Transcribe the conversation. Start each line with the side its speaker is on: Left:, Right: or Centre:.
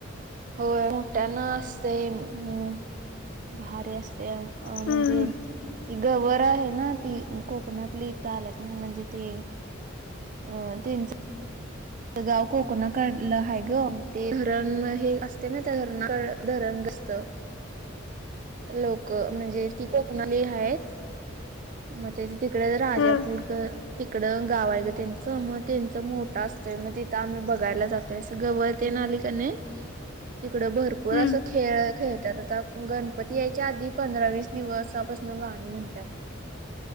Right: होय मोठ्यान असतय हम्म -भारी असतय अ - म्हणजे
Left: हम्म
Right: ती गवर आहे ना ती कोकणातली इथं आलेत ना म्हणजे ती अ- तीनच गाव कोकणा काढलं आहे ग. ते धरण हे असतय माहिती हाय ते धरणस्त
Left: ह <inaudible>
Right: लोक, म्हणजे ती कोकणातली आहेत. मग तेज तिकड राजापूरकड
Left: हम्म
Right: तिकडं गाव आहे गं त्यांच मग त्यांच मोठा असं तोय मग तिथं आम्ही बघायला जातोय, असं गवर तेन आली कने तिकड भरपूर
Left: हम्म
Right: असं खेळ -खेळत्यात आता. गणपती यायच्या आधी पंधरा- वीस दिवसापासन गाणी म्हणत्यात.